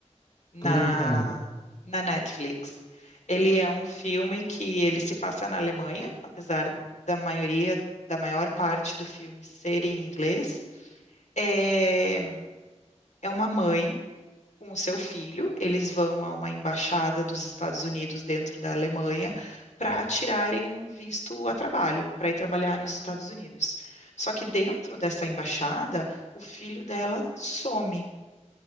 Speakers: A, on the left; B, on the left.
A: na
B: Como é que é?
A: na Netflix. Ele é um filme que ele se passa na Alemanha, apesar da maioria, da maior parte do filme ser em inglês. É, é uma mãe com o seu filho, eles vão a uma embaixada dos Estados Unidos dentro da Alemanha para tirarem um visto a trabalho, para ir trabalhar nos Estados Unidos. Só que dentro dessa embaixada, o filho dela some